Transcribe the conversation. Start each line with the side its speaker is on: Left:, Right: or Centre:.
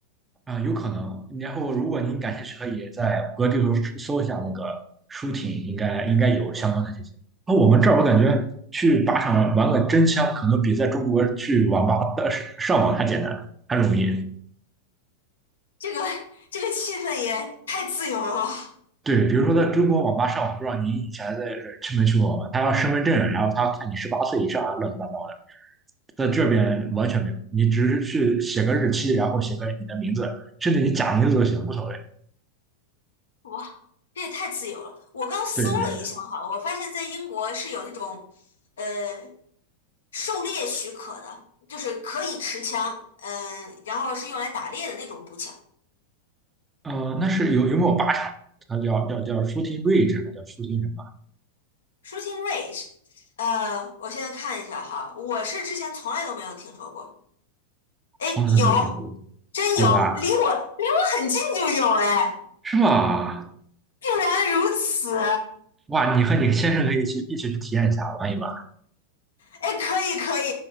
Right: 啊，有可能。然后，如果您感兴趣，可以在谷歌地图搜一下那个舒婷，应该应该有相关的信息。那我们这儿我感觉去靶场玩个真枪，可能比在中国去网吧的上网还简单，还容易。
Left: 这个 <laughs> 这个气氛也太自由了吧。
Right: 对，比如说在中国网吧上网，不知道您以前在去没去过网吧？他要身份证，然后他看你十八岁以上啊，乱七八糟。的。在这边完全没有，你只是去写个日期，然后写个你的名字，甚至你假名字都行，无所谓。
Left: 哇，这也太自由了！我刚搜了一下哈，
Right: 对对对，
Left: 我发现在英国是有那种，呃，狩猎许可的，就是可以持枪，嗯、然后是用来打猎的那种步枪
Right: 呃，那是有有没有靶场？它叫叫叫 shooting range，还叫 shooting 什么？
Left: （shooting range）。呃，我现在看一下哈，我是之前从来都没有听说过。哎，
Right: 从来都没有听过，
Left: 有，真有，
Right: 有吧？
Left: 离我离我很近就有哎，
Right: 是吧？
Left: 竟然如此！
Right: 哇，你和你先生可以一起一起去体验一下，玩一玩。
Left: 哎，可以可以，